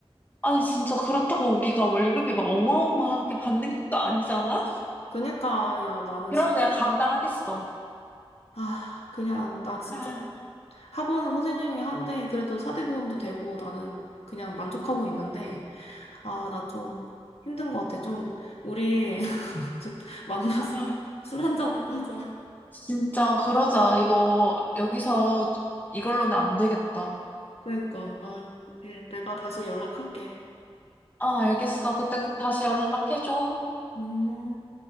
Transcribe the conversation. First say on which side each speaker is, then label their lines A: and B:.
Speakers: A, on the left (about 15°); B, on the left (about 80°).
A: 아니, 진짜 그렇다고 우리가 월급이 막 어마어마하게 받는 것도 아니잖아?
B: 그니까, 야, 나는
A: 그럼
B: 진짜,
A: 내가 감당하겠어.
B: 아, 그냥, 나 진짜,
A: 아,
B: 학원 선생님이 한데, 그래도 사대보험도 되고, 나는 그냥 만족하고 있는데, 아, 나 좀 힘든 것 같아. 좀, 우리, 즉, 만나서
A: 아,
B: <laughs> 술 한 잔이나 하자.
A: 진짜, 그러자. 이거, 여기서 이걸로는 안 되겠다.
B: 그러니까, 아, 예, 내가 다시 연락할게.
A: 아, 알겠어. 그때 꼭 다시 연락해줘.
B: 음.